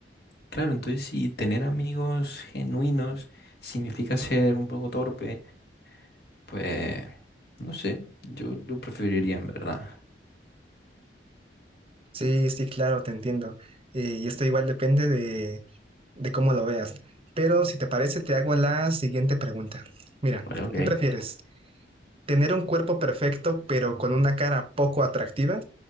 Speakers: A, on the left; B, on the right.
A: Claro, entonces si tener amigos genuinos significa ser un poco torpe, pues no sé, yo lo preferiría en verdad.
B: Sí, sí, claro, te entiendo. Eh, y esto igual depende de, de cómo lo veas. Pero si te parece, te hago la siguiente pregunta. Mira,
A: Vale, ok.
B: ¿qué prefieres? ¿Tener un cuerpo perfecto pero con una cara poco atractiva?